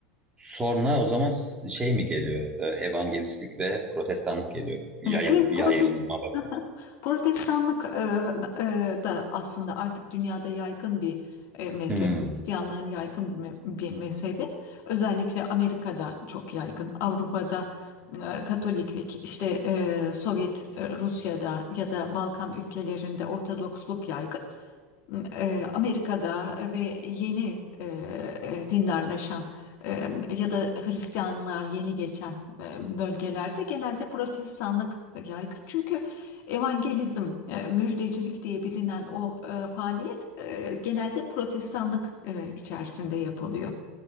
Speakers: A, on the right; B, on the left.
A: Sonra o zaman s- şey mi geliyor? Ee, Evangelistlik ve Protestanlık geliyor. Yayıl,
B: E, Evet,
A: yayılma
B: protest
A: bakımından.
B: Protestanlık e, e, da aslında artık dünyada yaygın bir e, mezhep.
A: Hmm,
B: Hristiyanlığın yaygın bir me- bir mezhebi. Özellikle Amerika'da çok yaygın. Avrupa'da e, Katoliklik, işte e, Sovyet e, Rusya'da ya da Balkan ülkelerinde Ortodoksluk yaygın e, Amerika'da ve yeni e, e, dindarlaşan e, ya da Hristiyanlığa yeni geçen e, bölgelerde genelde protestanlık yaygın. Çünkü evangelizm, e, müjdecilik diye bilinen o e, faaliyet e, genelde protestanlık e, içerisinde yapılıyor.